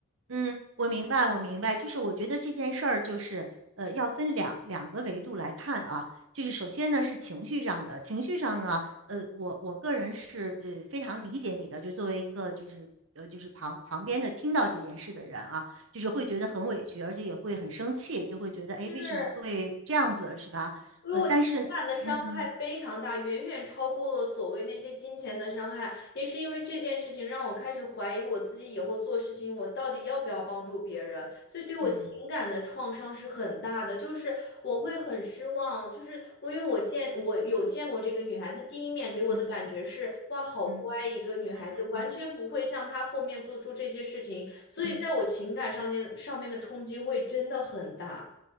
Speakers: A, on the right; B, on the left.
A: 嗯，我明白，我明白。就是我觉得这件事儿，就是呃，要分两两个维度来看啊。就是首先呢是情绪上的，情绪上呢，呃，我我个人是呃非常理解你的，就作为一个就是呃就是旁旁边的听到这件事的人啊，就是会觉得很委屈，而且也会很生气，就会觉得哎为什么会这样子是吧？
B: 是因为我情感的伤害非常大，
A: 呃，但是嗯嗯
B: 远远超过了所谓那些金钱的伤害。也是因为这件事情，让我开始怀疑我自己以后做事情，我到底要不要帮助别人。所以对我情感的创伤是很大的，
A: 嗯
B: 就是我会很失望。就是我因为我见我有见过这个女孩子她第一面给我的感觉是哇，
A: 嗯嗯嗯嗯嗯嗯
B: 好乖一个女孩子，
A: 嗯嗯。嗯嗯
B: 完全不会像她后面做出这些事情。所以在我情感上面上面的冲击会真的很大。
A: 嗯